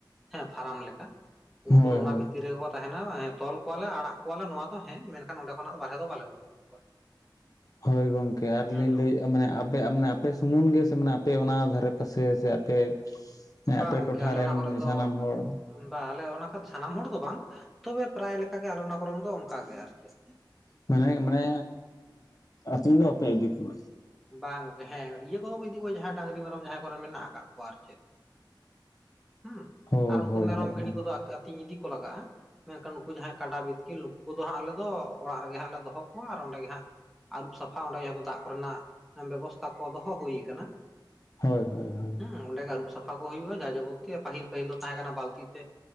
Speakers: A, in the centre; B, on the left.
A: ᱦᱮᱸ ᱯᱷᱟᱨᱟᱢ ᱞᱮᱠᱟ ᱩᱱᱠᱩ
B: ᱦᱳᱭ
A: ᱫᱚ ᱚᱱᱟ
B: ᱦᱳᱭ
A: ᱵᱷᱤᱛᱤᱨ ᱨᱮᱜᱮ ᱠᱚ ᱛᱟᱦᱮᱱᱟ ᱛᱚᱞ ᱠᱚᱣᱟᱞᱮ ᱟᱲᱟᱜ ᱠᱚᱣᱟᱞᱮ ᱱᱚᱣᱟ ᱫᱚ ᱦᱮᱸ ᱢᱮᱱᱠᱷᱟᱱ ᱱᱚᱰᱮ ᱠᱷᱚᱱᱟᱜ ᱵᱟᱨᱦᱮ ᱫᱚ ᱵᱟᱞᱮ ᱩᱰᱩᱠ ᱠᱚᱣᱟ
B: ᱦᱳᱭ ᱜᱚᱝᱠᱮ ᱟᱨ
A: ᱦᱮᱸ
B: ᱞᱤᱧ ᱞᱟᱹᱭᱮᱜ ᱢᱟᱱᱮ ᱟᱯᱮ ᱢᱮ ᱟᱯᱮ ᱥᱩᱢᱩᱱᱝ ᱜᱮ ᱥᱮ ᱢᱟᱱᱮ ᱟᱯᱮ ᱚᱱᱟ ᱫᱷᱟᱨᱮ ᱯᱟᱥᱮ ᱥᱮ ᱟᱯᱮ ᱦᱮᱸ
A: ᱵᱟᱝ
B: ᱟᱯᱮ
A: ᱜᱚᱝᱠᱮ
B: ᱴᱚᱴᱷᱟ
A: ᱟᱞᱮ
B: ᱨᱮᱱ
A: ᱚᱱᱟ ᱠᱚᱨᱮ ᱫᱚ
B: ᱥᱟᱱᱟᱢ ᱦᱚᱲ
A: ᱵᱟ ᱟᱞᱮ ᱚᱱᱟ ᱠᱚ ᱥᱟᱱᱟᱢ ᱦᱚᱲ ᱫᱚ ᱵᱟᱝ ᱛᱚᱵᱮ ᱯᱨᱟᱭ ᱞᱮᱠᱟᱜᱮ ᱟᱞᱮ ᱚᱱᱟ ᱠᱚᱨᱮᱱ ᱫᱚ ᱚᱱᱠᱟ ᱜᱮ ᱟᱨ ᱪᱮᱫ
B: ᱢᱟᱱᱮ ᱢᱟᱱᱮ ᱟᱹᱛᱤᱧ ᱫᱚ ᱵᱟᱯᱮ ᱤᱫᱤ ᱠᱚᱣᱟ
A: ᱵᱟᱝ ᱦᱮᱸ ᱤᱭᱟᱹ ᱠᱚᱫᱚ ᱠᱚ ᱤᱫᱤ ᱠᱚᱣᱟ ᱡᱟᱦᱟᱸᱭ ᱰᱟᱝᱨᱤ ᱢᱮᱨᱚᱢ ᱡᱟᱦᱟᱸᱭ ᱠᱚᱨᱮᱱ ᱢᱮᱱᱟᱜ ᱟᱠᱟᱫ ᱠᱚᱣᱟ ᱟᱨ ᱪᱮᱫ ᱦᱩᱸ
B: ᱦᱳᱭ
A: ᱟᱨ ᱩᱱᱠᱩ
B: ᱦᱳᱭ
A: ᱢᱮᱨᱚᱢ
B: ᱦᱳᱭ
A: ᱵᱷᱤᱲᱤ ᱠᱚᱫᱚ ᱟᱹᱛᱤᱧ ᱤᱫᱤ ᱠᱚ ᱞᱟᱜᱟᱼᱟ ᱢᱮᱱᱠᱷᱟᱱ ᱱᱩᱠᱩ ᱡᱟᱦᱟᱸᱭ ᱠᱟᱰᱟ ᱵᱤᱛᱠᱤᱞ ᱩᱱᱠᱩ ᱫᱚ ᱦᱟᱸᱜ ᱟᱞᱮ ᱫᱚ ᱚᱲᱟᱜ ᱨᱮᱜᱮ ᱦᱟᱸᱜ ᱞᱮ ᱫᱚᱦᱚ ᱠᱚᱣᱟ ᱟᱨ ᱚᱸᱰᱮ ᱜᱮ ᱦᱟᱸᱜ ᱟᱹᱨᱩᱵ ᱥᱟᱯᱷᱟ ᱚᱸᱰᱮ ᱡᱚᱛᱚ ᱫᱟᱜ ᱠᱚᱨᱮᱱᱟᱜ ᱵᱮᱵᱚᱥᱛᱷᱟ ᱠᱚ ᱫᱚᱦᱚ ᱦᱩᱭ ᱠᱟᱱᱟ
B: ᱦᱳᱭ ᱦᱳᱭ ᱦᱳᱭ
A: ᱦᱩᱸ ᱚᱸᱰᱮ ᱜᱮ ᱟᱹᱨᱩᱵ ᱥᱟᱷᱟ ᱠᱚ ᱦᱩᱭᱩᱜᱼᱟ ᱡᱟ ᱡᱟᱵᱚᱛᱤ ᱯᱟᱹᱦᱤᱞ ᱯᱟᱹᱦᱤᱞ ᱫᱚ ᱛᱟᱦᱮᱸ ᱠᱟᱱᱟ ᱵᱟᱞᱛᱤ ᱛᱮ